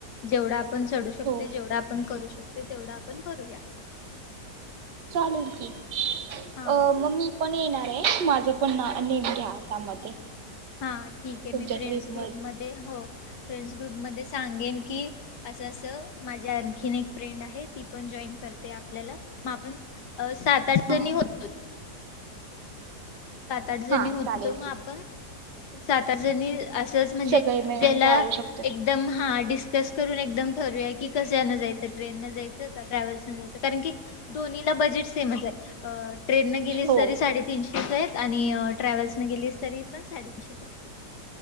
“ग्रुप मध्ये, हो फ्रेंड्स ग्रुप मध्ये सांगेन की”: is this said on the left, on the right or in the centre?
Left